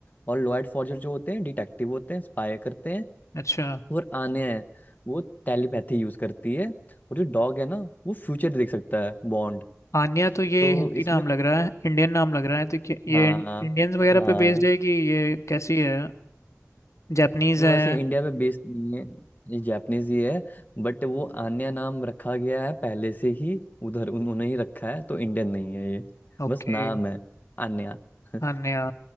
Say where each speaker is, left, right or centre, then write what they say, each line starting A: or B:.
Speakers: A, on the left; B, on the left.
A: और लॉयड फॉजर जो होते हैं डिटेक्टिव होते हैं स्पाई करते हैं
B: अच्छा
A: और आने हैं वो टेलीपैथी यूज करती है और जो डॉग है ना वो फ्यूचर देख सकता है बॉन्ड
B: आन्या तो ये
A: तो
B: हिंदी
A: इसमें
B: नाम लग रहा है इंडियन नाम लग रहा है तो क्या- ये
A: हाँ
B: इंडियंस वगैरह
A: हाँ
B: पे बेस्ड है कि ये कैसी है जापानीज है
A: वैसे इंडिया में बेस्ड नहीं है ये जापानीज ही है बट वो आन्या नाम रखा गया है पहले से ही उधर उन्होंने ही रखा है तो इंडियन नहीं है ये
B: ओके
A: बस नाम है आन्या <laughs>
B: आन्या